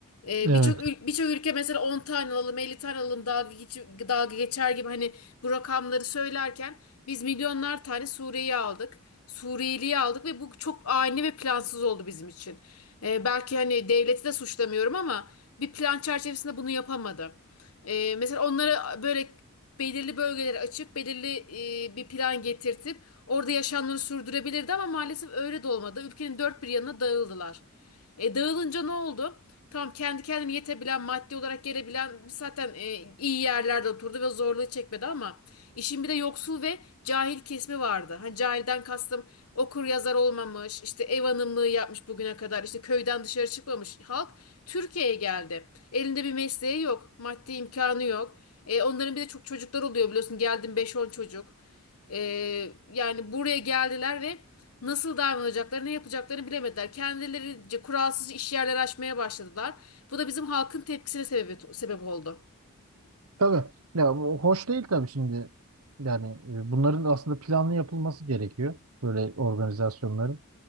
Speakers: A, on the left (about 80°); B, on the right (about 75°).
A: Ee,
B: Evet.
A: birçok ül- birçok ülke mesela 10 tane alalım, 50 tane alalım dalga, geç- dalga geçer gibi hani bu rakamları söylerken biz milyonlar tane Suriye'yi aldık. Suriyeli'yi aldık ve bu çok ani ve plansız oldu bizim için. Ee, belki hani devleti de suçlamıyorum ama bir plan çerçevesinde bunu yapamadı. Ee, mesela onlara böyle belirli bölgeleri açıp belirli e, bir plan getirtip orada yaşamlarını sürdürebilirdi ama maalesef öyle de olmadı. Ülkenin dört bir yanına dağıldılar. E, dağılınca ne oldu? Tamam kendi kendine yetebilen, maddi olarak gelebilen zaten e, iyi yerlerde oturdu ve zorluğu çekmedi ama işin bir de yoksul ve cahil kesimi vardı. Hani cahilden kastım okur yazar olmamış, işte ev hanımlığı yapmış bugüne kadar, işte köyden dışarı çıkmamış halk Türkiye'ye geldi. Elinde bir mesleği yok, maddi imkanı yok. E, onların bir de çok çocuklar oluyor biliyorsun. Geldim beş on çocuk. E, yani buraya geldiler ve nasıl davranacaklarını, ne yapacaklarını bilemediler. Kendilerince kuralsız iş yerleri açmaya başladılar. Bu da bizim halkın tepkisine sebep, sebep oldu.
B: Tabii. Ya bu hoş değil tabii şimdi. Yani e, bunların aslında planlı yapılması gerekiyor. Böyle organizasyonların.